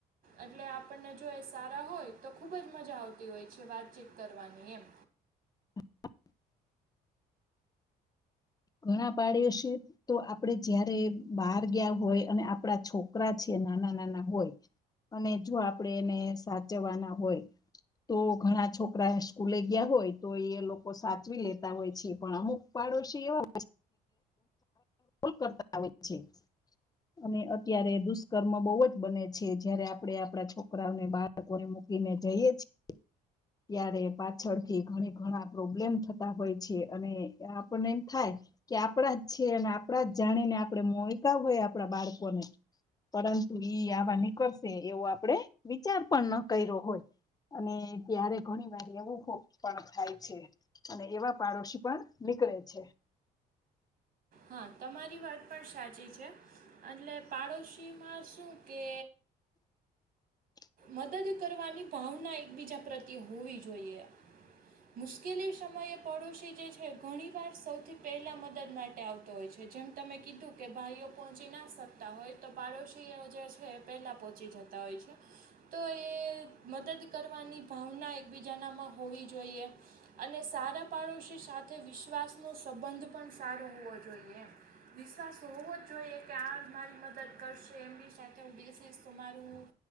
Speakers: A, on the right; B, on the left.
A: એટલે આપણને જો એ સારા હોય તો ખુબ જ મજા આવતી હોય છે વાતચીત કરવાની એમ
B: <inaudible> ઘણા પાઇડોસીઓ તો આપડે જ્યારે બહાર ગયા હોય અને આપડા છોકરા છે નાના નાના હોય અને જો આપણેે એને સાચવાના હોય તો ઘણા છોકરા સ્કૂલે ગયા હોય તો એ લોકો સાચવી લેતા હોય છે પણ અમુક પા દોશી રોલ કરતા હોય છે અને અત્યારે દુષ્કર્મ બહુ જ બને છે જ્યારે આપડે આપડા છોકરાઓને બાળકોને મૂક કીને જઈએ છી ત્યારે પાછળથી ઘણી ઘણા પ્રોબ્લેમ થતા હોય છે અને આપણને એમ થાય કે આપણા જ છે અને આપણા જ જાણીને આપણે મોઈકા હોય આપણા બાળકોને પરંતુ ઈ આવા નીકળશે એવો આપડે વિચાર પણ ન કર્યો હોય અને ત્યારે ઘણી વાર એવું કો પણ થાય છે અને એવા પાડોશી પણ ની નીકળે છે
A: હા તમારી વાત પણ સાચી છે એટલે પાડોશીમાં શું કે
B: <inaudible>
A: મદદ કરવાની ભાવના એકબીજા પ્રત્યે હોવી જોઈએ મુશ્કેલી સમયે પડોશી જે છે ઘણી વાર સૌથી પહેલા મદદ માટે આવતો હોય છે જેમ તમે કીધું કે ભાઈઓ પહોંચી ના શકતા હોય તો પાડોશી જે છે એ પહેલાં પહોંચી જતા હોય છે તો એ મદદ કરવાની ભાવના એકબીજાનામાં હોવી જોઈએ અને સા સારા પાડોશી સાથે વિશ્વાસનો સંબંધ પણ સારો હોવો જોઈએ એમ વિશ્વાસ હો હોવો જ જોઈએ કે આ જ મારી મદદ કરશે એમની સાથે હું બેસીસ તો મારું